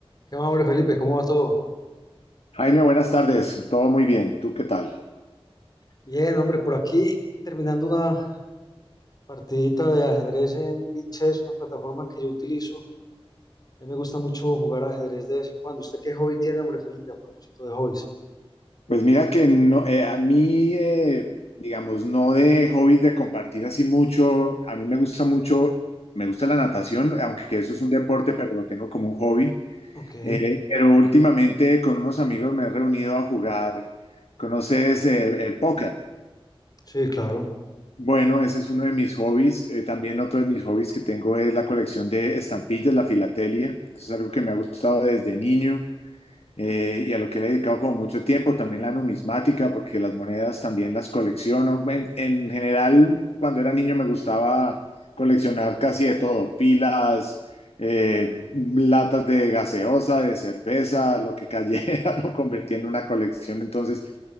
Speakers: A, on the left (about 40°); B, on the left (about 80°).
A: ¿Qué más, hombre, Felipe? ¿Cómo va todo?
B: Jaime, buenas tardes. Todo muy bien. ¿Tú qué tal?
A: Bien, hombre, por aquí terminando una partidita de ajedrez en Lichess, una plataforma que yo utilizo. A mí me gusta mucho jugar ajedrez de vez en cuando. ¿Usted qué hobby tiene, hombre, Felipe, a propósito de hobbies?
B: Pues mira que no, eh, a mí, eh, digamos, no de hobbies de compartir así mucho. A mí me gusta mucho, me gusta la natación, aunque eso es un deporte, pero lo tengo como un hobby.
A: Ok,
B: Eh, pero últimamente con unos amigos me he reunido a jugar. ¿Conoces eh, el póker?
A: sí, claro.
B: Bueno, ese es uno de mis hobbies. Eh, también otro de mis hobbies que tengo es la colección de estampillas, la filatelia. Eso es algo que me ha gustado desde niño. eh, y a lo que le he dedicado como mucho tiempo, también la numismática, porque las monedas también las colecciono. En, en general, cuando era niño me gustaba coleccionar casi de todo, pilas, eh, latas de gaseosa, de cerveza, lo que cayera, <laughs> lo convertí en una colección. Entonces,